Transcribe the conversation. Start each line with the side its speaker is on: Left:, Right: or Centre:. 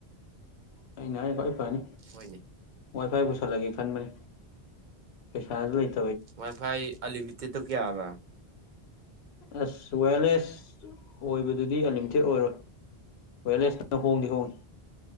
Left: ꯑꯩꯅ ꯍꯥꯏꯅ ꯈ꯭ꯋꯥꯏ ꯐꯅꯤ
Right: ꯍꯣꯏꯅꯦ
Left: ꯋꯥꯏ ꯐꯥꯏ ꯄꯨꯁꯜꯂꯒꯦ ꯈꯟꯕꯅꯦ ꯄꯩꯁꯥꯁꯨ ꯂꯩꯠ
Right: ꯋꯥꯏ ꯐꯥꯏ ꯑꯜꯂꯤꯃꯤꯇꯦꯠꯇꯨ ꯀꯌꯥꯕ
Left: ꯑꯁ ꯋꯦꯌꯔꯂꯦꯁ ꯑꯣꯏꯕꯗꯨꯗꯤ ꯑꯟꯂꯤꯃꯤꯇꯦꯠ ꯑꯣꯏꯔꯣꯏ ꯋꯦꯔꯂꯦꯁꯅ ꯍꯣꯡꯗꯤ ꯍꯣꯡꯉꯤ